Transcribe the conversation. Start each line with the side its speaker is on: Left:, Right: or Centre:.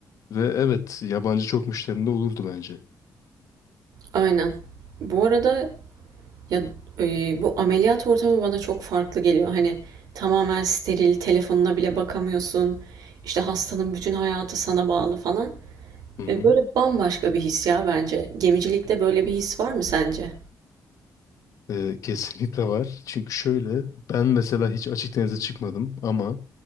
Left: Ve evet yabancı çok müşterinde olurdu bence.
Right: Aynen. Bu arada Ya e, bu ameliyat ortamı bana çok farklı geliyor. Hani tamamen steril, telefonuna bile bakamıyorsun. İşte hastanın bütün hayatı sana bağlı falan.
Left: Hı hı.
Right: E, böyle bambaşka bir his ya bence. Gemicilikte böyle bir his var mı sence?
Left: Ee, kesinlikle var. Çünkü şöyle ben mesela hiç açık denize çıkmadım ama